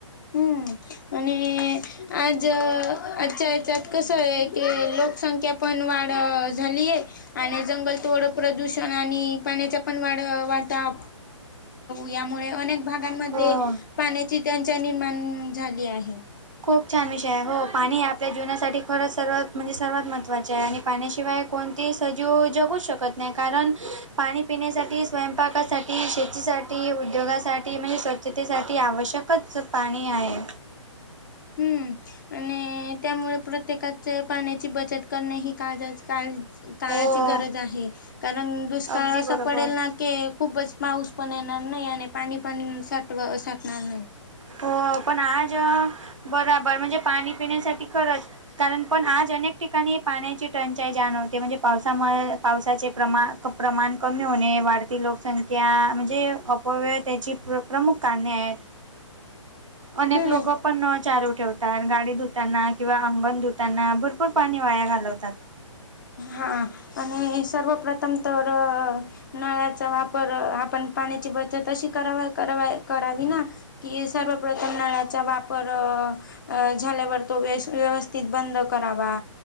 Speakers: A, on the left; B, on the right.
A: <inaudible> ह् आणि आज आजच्या याच्यात कसं आहे की लोकसंख्या पण वाढ झालीय आणि जंगल थोडं प्रदूषण आणि पाण्याचा पण वाढ वाढता यामुळे अनेक भागांमध्ये
B: हो
A: पाण्याची त्यांचा निर्माण झाली आहे
B: खूप छान विषय आहे हो पाणी आपल्या जीवनासाठी खरंच सर्वात म्हणजे सर्वात महत्त्वाचे आहे आणि पाण्याशिवाय कोणतेही सजीव जगू शकत नाही कारण पाणी पिण्यासाठी स्वयंपाकासाठी ती शेतीसाठी उद्योगासाठी म्हणजे स्वच्छतेसाठी आवश्यकच पाणी आहे
A: हम्म आणि त्यामुळे प्रत्येकाच पाण्याची बचत करणें ही काळजात काळ काळाची
B: हो
A: गरज आहे कारण दुष्काळ
B: अगदी
A: अस
B: बरोबर
A: पडेल ना कि खूपच पाऊस पण येणार नाही आणि पाणी पाण साठव साटणार नाही
B: हो पण आज बराबर म्हणजे पाणी पिण्यासाठी खरंच कारण पण आज अनेक ठिकाणी पाण्याची टंचाई जाणवते म्हणजे पावसामुळे पावसाचे प्रमा प्रमाण कमी होणे वाढती लोकसंख्या त्या म्हणजे अपव्यय त्याची प्र प्रमुख कारणे आहेत अनेक
A: हम्म
B: लोक पण चालू ठेवतात गाडी धुताना किंवा अंगण धुताना बरर भरपूर पाणी वाया घालवतात
A: हा आणि सर्वप्रथम तर नळाचा वापर आपण पाण्याची बचत अशी करावा करा करावी ना कि सर्वप्रथम नळा्याचा वापर अ झाल्यावर तो व व्यवस्थित बंद करावा